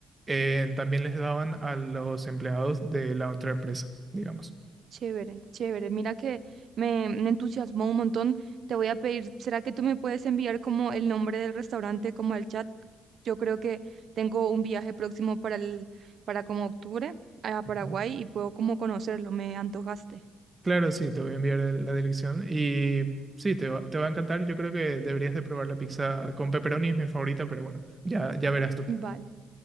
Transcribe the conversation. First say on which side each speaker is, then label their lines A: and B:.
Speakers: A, on the right; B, on the right.
A: Eh, también les daban a los empleados de la otra empresa, digamos.
B: chévere, chévere. Mira que me, me entusiasmó un montón. Te voy a pedir, ¿será que tú me puedes enviar como el nombre del restaurante, como el chat? Yo creo que tengo un viaje próximo para el, para como octubre a Paraguay
A: Ujú.
B: y puedo como conocerlo. Me antojaste.
A: Claro, sí, te voy a enviar el- la dirección y sí, te va, te va a encantar. Yo creo que deberías de probar la pizza con pepperoni, es mi favorita, pero bueno, ya, ya verás tú.
B: Vale,